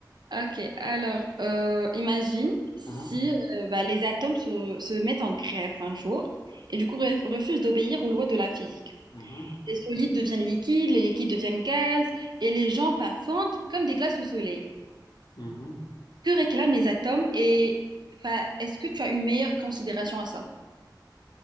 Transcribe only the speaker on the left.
Mhm,
mhm,
mhm.